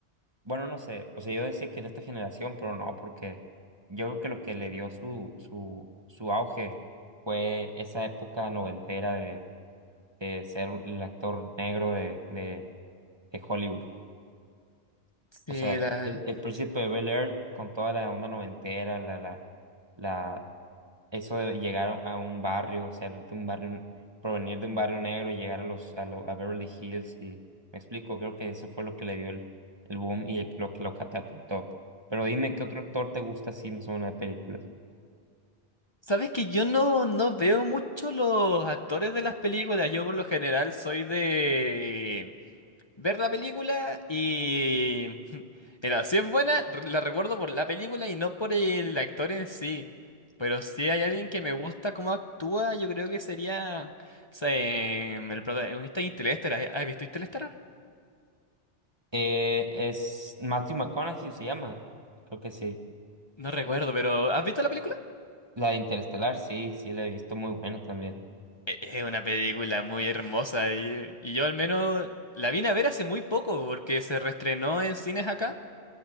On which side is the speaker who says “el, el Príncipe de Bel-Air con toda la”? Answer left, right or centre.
Right